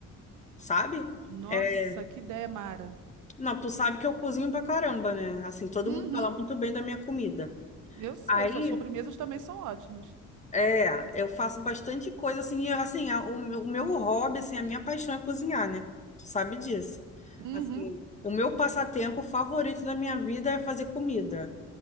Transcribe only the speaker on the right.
Nossa,
que ideia, Mara.
Uhum,
eu sei,
suas sobremesas também são ótimas.
Uhum,